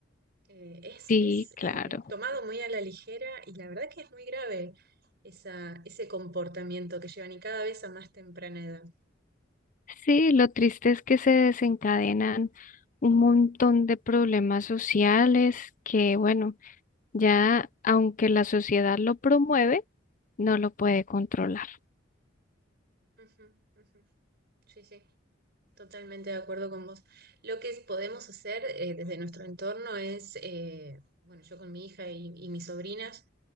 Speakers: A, on the right; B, on the left.
A: Eh, es
B: Sí,
A: es
B: claro.
A: eh, tomado muy a la ligera y la verdad que es muy grave esa, ese comportamiento que llevan y cada vez a más temprana edad.
B: Sí, lo triste es que se desencadenan un montón de problemas sociales que, bueno, ya aunque la sociedad lo promueve, no lo puede controlar.
A: Ujú, ujú. Sí, sí, totalmente de acuerdo con vos. Lo que podemos hacer eh, desde nuestro entorno es, eh, bueno, yo con mi hija y, y mis sobrinas,